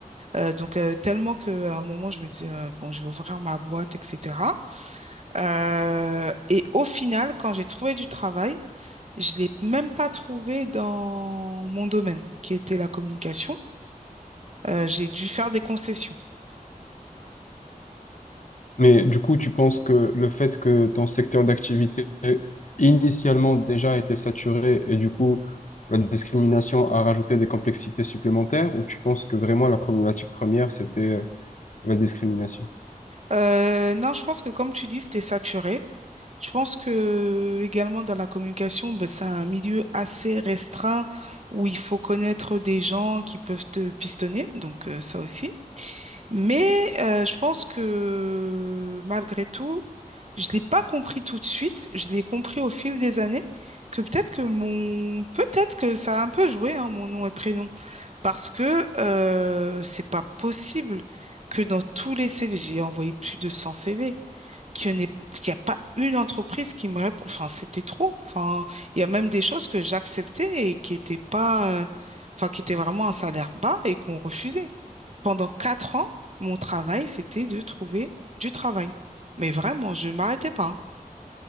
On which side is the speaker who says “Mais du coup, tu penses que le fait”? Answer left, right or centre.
Left